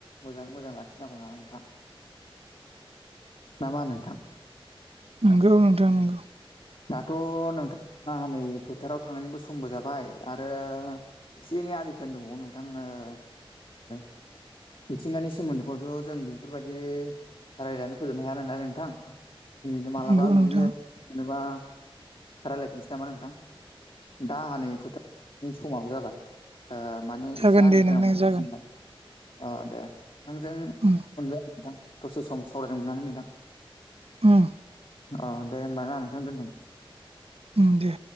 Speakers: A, on the left; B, on the right.
A: मोजाङै मोजां लाखिनांगौ होननानै नोंथां
B: <inaudible>
A: ना मा होनो नोंथां।
B: नंगौ नोंथां नोंगौ।
A: दाथ' नोंथां आंहानै फोथाराव थांनायनिबो समबो जाबाय आरो। एसे एनै आलि खोनो दंबावो नोंथां। मिथिंगानि सोमोन्दैखौथ' जों बेफोरबायदि रायज्लायनो फोजोबनो हाया नालाय नोंथां। मालाबा
B: नंगौ नोंथां
A: बिदिनो मोनोबा रायलायफिनसै नामा नोंथां? दा आंहा नै फोथारनि समाबो जाबाय। माने
B: जागोन
A: एसे आलि
B: दे नोंथां
A: खोनांगौ दंनालाय।
B: जागोन
A: नोंथांजों
B: उम
A: मोनबाय आरो नोंथां दसे सम सावरायनो मोननानै नोंथां।
B: उम।
A: अ दे होनबा ना नोंथां दोनथ'नोसै
B: उम दे